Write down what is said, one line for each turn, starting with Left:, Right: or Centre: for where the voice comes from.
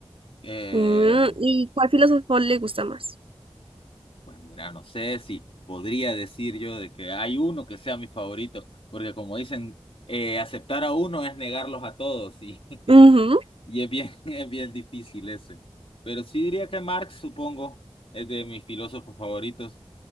Left: Eh,
Right: Mm, ¿y cuál filósofo le gusta más?
Left: pues mira, no sé si podría decir yo de que hay uno que sea mi favorito, porque como dicen, eh, aceptar a uno es negarlos a todos. Y <laughs>
Right: Ujú.
Left: Y es bien, <laughs> es bien difícil ese. Pero sí diría que Marx, supongo, es de mis filósofos favoritos.